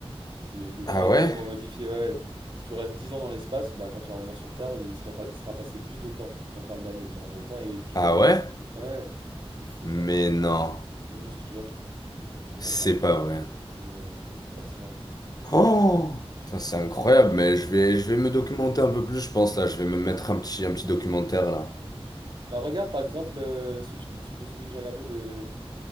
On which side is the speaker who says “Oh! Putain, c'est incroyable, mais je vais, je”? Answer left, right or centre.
Left